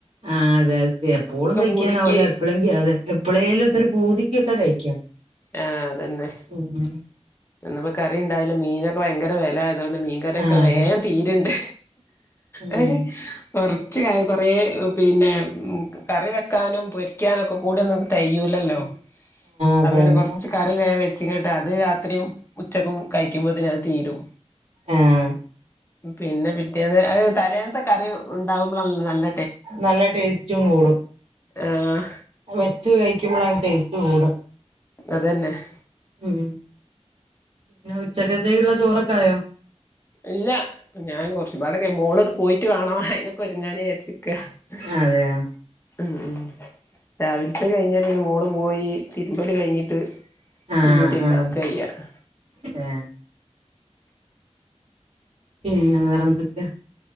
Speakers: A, on the right; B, on the left.
A: ആഹ അതെ അേ എപ്പോഴും കഴിക്കാനാവില്ല
B: പൂതിക്ക്
A: എപ്പോഴെങ്കും അതെ എപ്പഴെലുക്കെ ഒരു പൂതിക്കൊക്കെ കഴിക്കാം
B: ആ അതന്നെ
A: ഉം
B: ഇന്നിപ്പോ കറി ഉണ്ടായലും മീനൊക്കെ ഭയങ്കര വില ആയതൊണ്ട് മീൻകറിക്കെ
A: ആഹ് അതെ
B: വേ തീരുണ്ട്
A: ആഹ്
B: അവര് <unintelligible> ഉച്ചക കുറേ പിന്നെ കറി വെക്കാനും പൊരിക്കാനും ഒക്കെ കൂടെന്നക്ക് തെകയുല്ലല്ലോ
A: അതെ
B: അപ്പ പിന്നെ
A: അതെ
B: കൊറച്ച് കറി വേഗൻ വെച്ചങ്ങട്ട് അത് രാത്രിയും ഉച്ചക്കും കഴിക്കുമ്പോത്ത അത് തീരും
A: ആഹ്
B: പിന്നെ പിറ്റേന്ന് തലേനത്തെ കറി ഉണ്ടാമ്പോളല്ലോ നല്ല
A: നല്ല ടേസ്റ്റും കൂടും
B: ആ
A: വെച്ചു കയിക്കുമ്പളാണ് ടെയ്സ്റ്റ് കൂട.
B: അതെന്നെഹ്.
A: ഉം. ന്ന ഉച്ചക്കത്തേക്ക്ള്ള ചോറൊക്കായോ?
B: ഇല്ല. ഞാൻ കൊർച്ച്പാടെ കെ മോളട് പോയിറ്റ്‌ വേണോ ഹയി നൊക്കെ
A: അതെയോ
B: <unintelligible> ഊം. രാവിൽത്തഅ് കഴിഞ്ഞെ പിന്നെ മോള് പോയി തിര് <unintelligible> കയിഞ്ഞിട്ട്
A: ആഹ്
B: തിയ്യൂട്ടി ണ്ടാക്കായ്യാ.
A: ആഹ്
B: <inaudible>
A: ഏഹ് പിന്ന വേറന്തൊക്കെയാ?